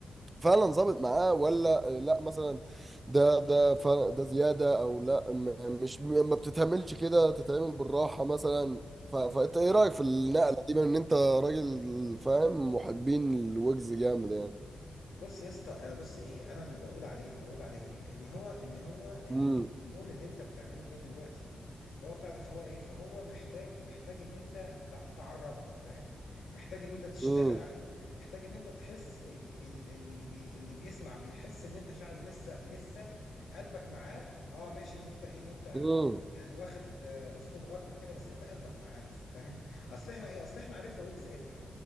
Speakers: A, on the right; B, on the left.
A: فعلا ظابط معاه ولا لا مثلا ده ده فعلا ده زياده او لا م- مش م- ما بتتعملش كده تتعمل بالراحه مثلا ف- فانت
B: ايوه
A: ايه رايك في النقله دي بما ان انت راجل فاهم محبين الويجز جامد يعني
B: بص يا اسطى انا بص ايه انا اللي بقول عليه اللي بقول عليه ايه ان هو ان هو ال-
A: امم
B: اللون اللي انت بتعمله ده دلوقتي فهو بتاع ده فهو ايه فهو محتاج محتاج ان انت تع- تعربه فاهم محتاج ان انت تشتغل
A: امم
B: عليه محتاج ان انت تحس ي- ال- اللي بي اللي بيسمع بيحس ان انت فعلا لسه لسه قلبك معاه اه ماشي ان انت ايه ان انت
A: امم
B: يعني واخد آه، اسلوب غربي وكده بس انت قلبك معاه لسه فاهم اصل احنا ايه اصل احنا عرفنا ويجز امتى